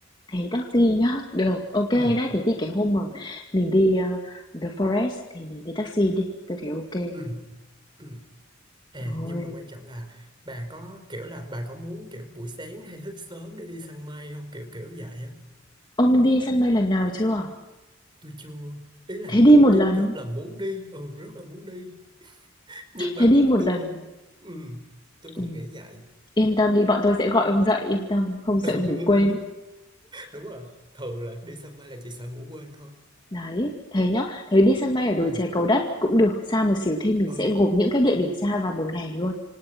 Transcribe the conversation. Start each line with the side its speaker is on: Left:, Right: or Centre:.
Left: thế taxi nhá. Được, ok đấy.
Right: ừ,
Left: Thế thì cái hôm mà mình đi ờ, The Forest thì mình đi taxi đi. Tôi thấy ok.
Right: ừ, ừ. À,
Left: Rồi.
Right: nhưng mà quan trọng là bà có kiểu là bà có muốn kiểu buổi sáng hay thức sớm để đi săn mây không kiểu kiểu vậy á
Left: Ông đi sân bay lần nào chưa?
Right: tôi chưa ý là
Left: Thế đi một
Right: tôi
Left: lần.
Right: rất là muốn đi ừ rất là muốn đi nhưng mà
Left: Thế đi một
Right: tôi
Left: lần.
Right: không ừ tôi
Left: Ừ.
Right: cũng nghĩ vậy
Left: Yên tâm đi, bọn tôi sẽ gọi ông dậy. Yên tâm, không sợ
Right: <laughs>
Left: ngủ quên.
Right: đúng rồi thường là đi săn mây là chỉ sợ ngủ quên thôi
Left: Đấy, thế nhá. Thế đi sân bay ở đồi
Right: ừ
Left: chè Cầu Đất cũng được. Xa một xíu thì mình
Right: ừ
Left: sẽ gộp những cái địa điểm xa vào một ngày luôn.